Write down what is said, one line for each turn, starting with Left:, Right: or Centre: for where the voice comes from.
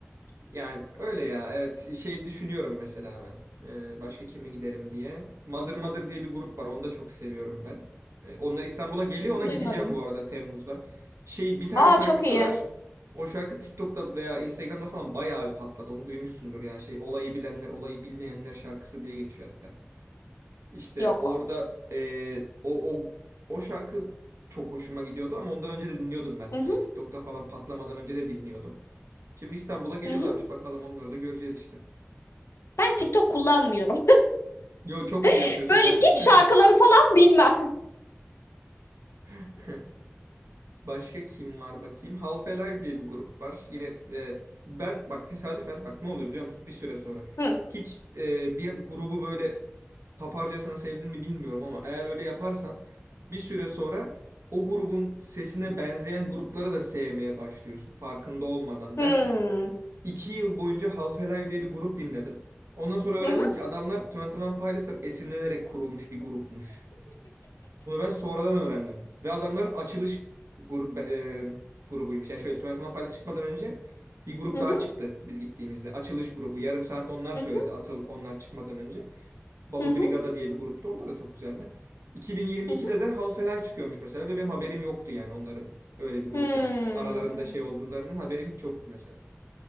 Right: Yani öyle ya evet şey düşünüyorum mesela ben. Ee, başka kime giderim diye. Mother Mother diye bir grup var onu da çok seviyorum ben. Ee, onlar İstanbul'a geliyor ona gideceğim
Left: duymadım.
Right: bu arada Temmuz'da. Şey bir tane
Left: Aa
Right: şarkısı
Left: çok iyi.
Right: var. O şarkı TikTok'ta veya Instagram'da falan bayağı bir patladı. Onu duymuşsundur yani şey olayı bilenler olayı bilmeyenler şarkısı diye geçiyor hatta. İşte
Left: Yok.
Right: orada eee, o, o o şarkı çok hoşuma gidiyordu ama ondan önce de dinliyordum ben.
Left: Hı hı,
Right: Hani TikTok'ta falan patlamadan önce de dinliyordum. Şimdi İstanbul'a geliyorlarmış.
Left: hı hı.
Right: Bakalım onları da göreceğiz işte.
Left: Ben TikTok kullanmıyorum.
Right: Yo çok iyi
Left: <laughs>
Right: yapıyorsun
Left: Böyle
Right: zaten
Left: hiç
Right: de.
Left: şarkıları falan bilmem.
Right: <laughs> Başka kim var bakayım? Half Alive diye bir grup var. Yine e, ben bak tesadüfen bak ne oluyor biliyor musun? Bir süre sonra.
Left: <laughs> Hı.
Right: Hiç e, bir grubu böyle taparcasına sevdin mi bilmiyorum ama eğer öyle yaparsan bir süre sonra o grubun sesine benzeyen grupları da sevmeye başlıyorsun farkında olmadan.
Left: Hmm.
Right: Ben iki yıl boyunca Half Alive diye bir grup dinledim. Ondan sonra öğrendim
Left: Hı hı
Right: ki adamlar Twenty One Pilots'tan esinlenerek kurulmuş bir grupmuş. Bunu ben sonradan öğrendim. Ve adamların açılış gru- be- e, grubuymuş. Yani şöyle Twenty One Pilots çıkmadan önce bir grup
Left: hı
Right: daha
Left: hı
Right: çıktı biz gittiğimizde. Açılış grubu. Yarım saat onlar söyledi.
Left: hı
Right: Asıl onlar çıkmadan önce. Balu
Left: hı hı
Right: Brigada diye bir gruptu. Onlar da çok güzeldi. 2022'de
Left: hı. hı.
Right: de Half-Life çıkıyormuş mesela ve benim haberim yoktu yani onların öyle bir grup
Left: Hmm,
Right: yani aralarında şey olduğundan haberim hiç yoktu mesela.